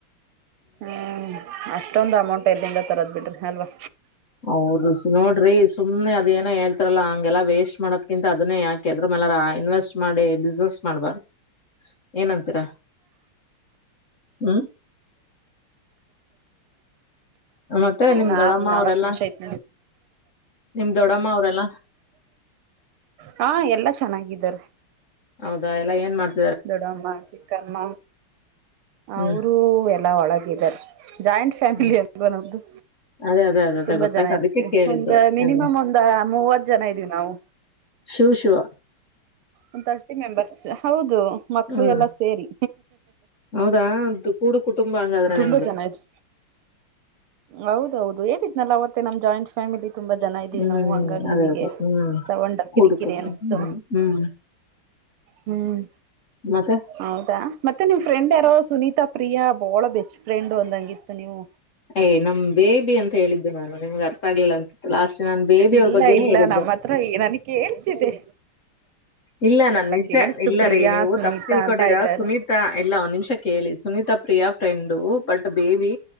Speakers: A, on the right; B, on the left.
A: ಹ್ಮ್ ಅಷ್ಟೊಂದ್ ಅಮೌಂಟ್ ಎಲ್ದಂದ ತರೋದ್ ಬಿಡ್ರಿ ಅಲ್ವಾ.
B: ಅವರು ನೋಡ್ರಿ ಸುಮ್ನೆ ಅದೇಏನ ಹೇಳ್ತಾರಲ್ಲಾ ಹಂಗೆಲ್ಲ ವೇಸ್ಟ್ ಮಾಡದಕಿಂತ ಅದನ್ನೇ ಯಾಕದ್ರ. ಇನ್ವೆಸ್ಟ್ ಮಾಡಿ ಬಿಸ್ನೆಸ್ ಮಾಡ್ಬಾರ. ಏನಂತೀರಾ ಹ್ಮ್. ಮತ್ತೆ ನಿಮ್
A: ನ
B: ದೊಡಮ್ಮ
A: ನಾಲ್ಕ್ು
B: ಅವ್ರೆಲ್ಲಾ
A: ನಿಮಿಷ ಐತ.
B: ನಿಮ್ ದೊಡ್ಡಮ್ಮ ಅವ್ರಲ್ಲ.
A: ಹಾ ಎಲ್ಲಾ ಚೆನ್ನಾಗಿದ್ದಾರೆ.
B: ಹೌದಾ ಎಲ್ಲ ಏನ್ ಮಾಡ್ತ.
A: ದೊಡಮ್ಮ ಚಿಕ್ಕಮ್ಮ
B: ಹ್ಮ್
A: ಅವರುೂ ಎಲ್ಲಾ ಒಳಗಾರ. ಜಾಯಿಂಟ್ ಫ್ಯಾಮಿಲಿ
B: ಹ್ಮ್
A: ಅಲ್ವಾ ನಮ್ದು.
B: ಅದೇ ಅದೇ ಅದೇ ಅದೇ
A: ತುಂಬಾ
B: ಗೊತ್ತಾಯ್ತು
A: ಜನ ಇರ್ತಿವಿ
B: ಅದಕ್ಕೆ ಕೇಳಿದ್ದು
A: ಒಂದ ಮಿನಿಮಮ್
B: ಎಲ್ಲ
A: ಒಂದ ಮೂವತ್ ಜನ ಇದೀವಿ ನಾವು.
B: ಶಿವ ಶಿವ.
A: ಒ ತರ್ಟಿ ಮೆಂಬರ್ಸ್ ಹೌದು ಮಕ್ಕಳು
B: ಹ್ಮ್
A: ಎಲ್ಲಾ ಸೇರಿ.
B: ಹೌದಾ ಅದು ಕೂಡು ಕುಟುಂಬ ಹಂಗಾದ್ರೆ
A: ತುಂಬಾ
B: ನಿಮ್ದು
A: ಚೆನ ಇದು. ಹೌದೌದು ಹೇಳಿದ್ನಲ್ಲ ಅವತ್ತೆ ನಮ ಜಾಯಿಂಟ್. ಫ್ಯಾಮಿಲಿ ತುಂಬಾ ಜನ ಇದ್ದೀವಿ
B: ಹ್ಮ್
A: ನಾವು ಹಂಗಾಗಿ್
B: ಅದೇ
A: ನಿಮಗೆ
B: ಅದೇ ಹ್ಮ್
A: ಸವೊಂಡ ಕಿರಿಕಿರಿ
B: ಕೂಡು ಕುಟುಂಬ
A: ಅನ್ನಿಸ್ತು.
B: ಹ್ಮ್ ಹ್ಮ್
A: ಹ್ಮ್.
B: ಮತ್ತೆ
A: ಹೌದಾ ಮತ್ತೆ ನಿಮ್ ಫ್ರೆಂಡ್ ಯಾರೋ ಸುನೀತಾ ಪ್ರಿಯಾ ಬಹಳ ಬೆಸ್ಟ್ ಫ್ರೆಂಡ್ ಒಂದಂಗಿತ್ತು ನೀವು.
B: ಏ್ಮ್ ಬೇಬಿ ಅಂತ ಹೇಳಿದ್ದು ನಾನು ನಿಮ್ಗೆ ಅರ್ಥ ಆಗ್ಲಿಲ್ಲ ಅಂತ. ಲಾಸ್ಟ್ ನಾನ್ ಬೇಬಿ
A: ಇಲ್ಲ
B: ಅವ್ರ ಬಗ್ಗೆನೆೇ
A: ಇಲ್ಲ
B: ಹೇಳಿದ್ದೆ.
A: ನಮ್ಮ ಹತ್ರ ನನ ಕೇಳ್ಸಿದೆ
B: ಇಲ್ಲ ನಾನ್ ನಿಜ
A: ಕೇಳಿಸ್ತು
B: ಇಲ್ಲ
A: ಪ್ರಿಯಾ
B: ರೀ ನೀವು
A: ಸುನೀತಾ
B: ತಪ್ಪು ತಿಳ್ಕೊಂಡಿರ
A: ಅಂತ ಇದ್ದಾರೆ
B: ಸುನೀತಾ ಎಲ್ಲ ಒಂದ್ ನಿಮಿಷ ಕೇಳಿ Sunita Priya. Friend but baby